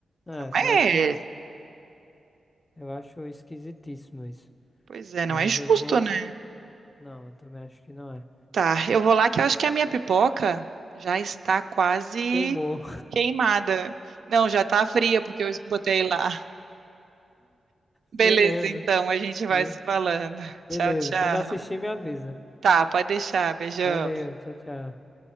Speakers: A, on the left; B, on the right.
A: É,
B: Mas Não
A: eu acho,
B: é.
A: eu acho esquisitíssimo isso.
B: Pois é, não
A: Mas
B: é justo,
A: eu vou.
B: né?
A: Não, eu também acho que não é.
B: Tá, eu vou lá que eu acho que a minha pipoca já está quase
A: Queimou.
B: queimada. Não, já tá fria, porque eu botei lá. Beleza,
A: Beleza.
B: então, a gente vai
A: Hum,
B: se falando. Tchau,
A: Beleza.
B: tchau.
A: Quando assistir, me avisa.
B: Tá, pode deixar. Beijão.
A: Valeu. Tchau, tchau.